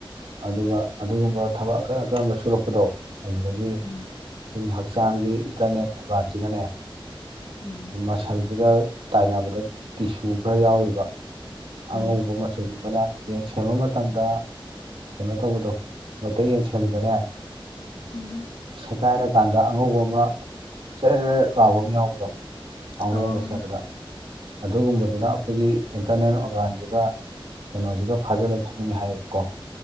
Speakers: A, on the right (about 75°); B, on the left (about 75°).
A: ꯑꯗꯨꯒ ꯑꯗꯨꯒꯨꯝꯕ ꯊꯕꯛ ꯑꯀꯟ ꯑꯀꯟꯕꯥ ꯁꯨꯔꯛꯄꯗꯣ ꯑꯗꯨꯗꯒꯤ
B: ꯎꯝ
A: ꯑꯩꯈꯣꯏꯒꯤ ꯍꯛꯆꯥꯡꯒꯤ ꯏꯟꯇꯔꯅꯦꯟ ꯑ꯭ꯔꯣꯒꯥꯟꯁꯤꯒꯅꯦ
B: ꯎꯝ
A: ꯃꯁꯜꯁꯤꯒ ꯇꯥꯏꯅꯕꯗꯥ ꯇꯤꯁꯨ ꯈꯔꯥ ꯌꯥꯎꯔꯤꯕ ꯑꯉꯧꯕ
B: ꯎꯝ
A: ꯃꯆꯨꯒꯤ ꯑꯩꯈꯣꯏꯅꯥ ꯌꯦꯟ ꯁꯦꯝꯕ ꯃꯇꯝꯗꯥ ꯀꯩꯅꯣ ꯇꯧꯕꯗꯨ ꯃꯩꯇꯩ ꯌꯦꯟ ꯁꯦꯝꯕꯗꯅꯦ
B: ꯎꯝ
A: ꯁꯦꯒꯥꯏꯔꯀꯥꯟꯗ ꯑꯉꯧꯕ ꯑꯃ ꯆꯦ ꯆ° ꯂꯥꯎꯕ ꯑꯃ ꯌꯥꯎꯕꯗꯣ ꯀꯥꯎꯅꯌ°ꯟꯒꯥ
B: ꯑꯣ ꯎꯝ
A: ꯁꯦꯝꯄꯗ ꯑꯗꯨꯒꯨꯝꯕꯗꯨꯅ ꯑꯩꯈꯣꯏꯒꯤ ꯏꯟꯇꯔꯅꯦꯟ ꯑꯣꯔꯒꯥꯟꯁꯤꯒ ꯀꯩꯅꯣꯁꯤꯒ ꯐꯥꯖꯤꯜꯂꯥꯒ ꯊꯝꯃꯤꯟꯅꯩ ꯍꯥꯏꯌꯦꯕꯀꯣ